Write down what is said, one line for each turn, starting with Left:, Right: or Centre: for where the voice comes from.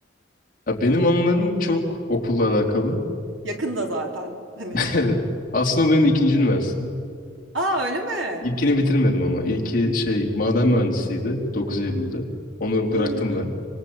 Left: ya benim anılarım çok okulla alakalı.
Right: Yakında zaten. Hani.
Left: <laughs> Evet, aslında o benim ikinci üniversitem.
Right: <laughs> Aa öyle mi?
Left: İlkini bitirmedim ama. İlki şey maden mühendisiydi 9 Eylül'de. Onu
Right: Hmm.
Left: bıraktım ben.